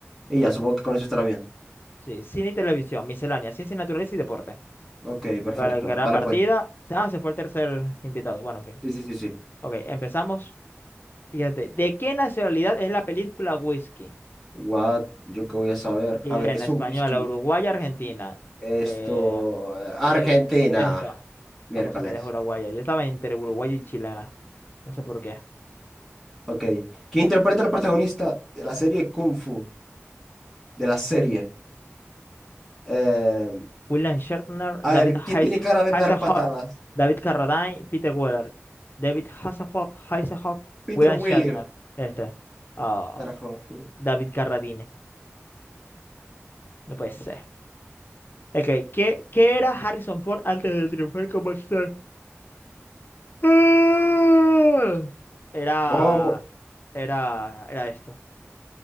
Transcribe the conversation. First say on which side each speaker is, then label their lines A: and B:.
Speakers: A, in the centre; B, on the left (about 45°).
A: Y ya, supongo que con eso estará bien.
B: Sí. Cine y televisión. Miscelánea. Ciencia y naturaleza y deporte.
A: Ok, perfecto.
B: Para que la
A: Vale,
B: partida.
A: pues.
B: Ah, se fue el tercer invitado. Bueno, en fin.
A: Sí, sí, sí, sí.
B: Ok. Empezamos. Fíjate. ¿De qué nacionalidad es la película Whisky?
A: What, yo qué voy a saber.
B: Chilena,
A: A ver, es
B: española,
A: un whisky.
B: uruguaya,
A: Whisky.
B: argentina.
A: Esto,
B: Eh,
A: eh, Argentina.
B: eh, esta.
A: Miércoles.
B: Ah, pues mira, es uruguaya. Yo estaba entre uruguaya y chilena. No sé por qué.
A: Ok. ¿Quién interpreta al protagonista de la serie Kung Fu? De la serie. Eh,
B: William Shatner,
A: a
B: David
A: ver,
B: Heis-
A: ¿quién tiene cara de dar
B: Hasselhoff,
A: patadas?
B: David Carradine, Peter Weller. David Hasselhoff, Hasselhoff,
A: Peter
B: William
A: Wheeler.
B: Shatner. Este. Ah,
A: Carajo.
B: David Carradine. No puede ser. Ok, ¿qué, qué era Harrison Ford antes de triunfar como actor? Ah. Era,
A: ¿Cómo?
B: era, era esto.